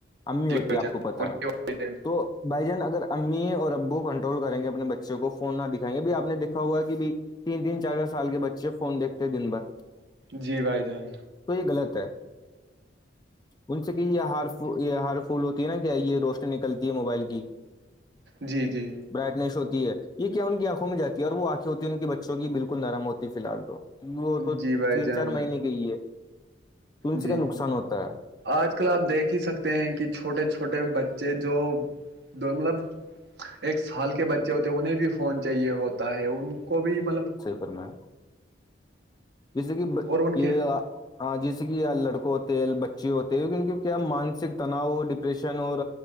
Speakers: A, on the left (about 20°); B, on the right (about 60°).
A: امی
B: جی
A: ہوتی
B: بھائی
A: ہے آپ
B: جان
A: کو پتا
B: ان
A: ہے
B: کے والدین
A: تو بھائی جان اگر امی اور ابو کنٹرول کریں گے اپنے بچوں کو فون نہ دکھائیں گے بھی آ نے دیککھا ہوا کہ بھی تین تین چار چار سال کے بچے فون دیکھتے دن بھر
B: جی بھائی جان
A: تو یہ غلط ہے ان سے کہ یہ ہار یہ ہار پھول ہوتی ہے نا کیا یہ روشنی نکلتی ہے موبائل کی
B: جی جی
A: برائٹنیس ہوتی ہے یہ کیا ان کی آنکھوں میں جاتی ہے اور وہ آنکھیں ہوتی ہیں ان کے بچوں کی بالکل نرم ہوتی ہے فی الال تو وہ تو
B: جی بھائی
A: تین
B: جان
A: چار مہینے کے ہی ہے ت
B: جی
A: سے کیا نقصان ہوتا ہے
B: آج کل آپ دیکھ ہی سکتے ہیں کہ چھوٹے چھوٹے بچے جو دو مطلب ایک سال کے بچے ہوتے انہیں بھی فون چاہیے ہوتا ہو ہے ان کو بھی مطلب
A: کر میں ہے جیسے کہ
B: اور ان
A: یہ
B: کے
A: ہاں جیسے کہ لڑکوں ہوتے ہیں بچے ہوتے کیونک کیا مانسک تناؤ ڈپریشن اور